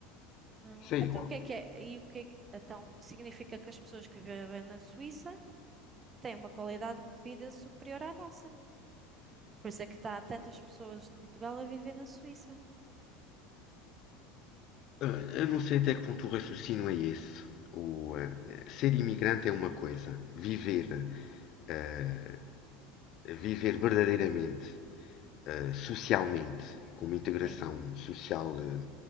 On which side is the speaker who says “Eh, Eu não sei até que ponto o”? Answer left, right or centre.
Left